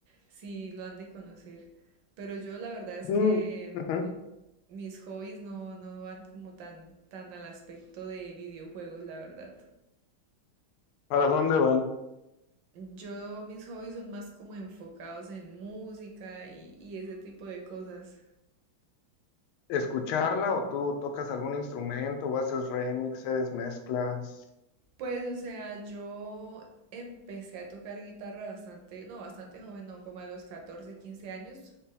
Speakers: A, on the right; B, on the left.
A: sí lo han de conocer. Pero yo la verdad es
B: Mm,
A: que
B: ujú.
A: mi- mis hobbies no, no van como tan, tan al aspecto de videojuegos, la verdad.
B: ¿Para dónde van?
A: Yo mis hobbies son más como enfocados en música y, y ese tipo de cosas.
B: ¿Escucharla o tú tocas algún instrumento o haces remixes, mezclas?
A: Pues, o sea, yo empecé a tocar guitarra bastante, no, bastante joven, no, como a los 14, 15 años.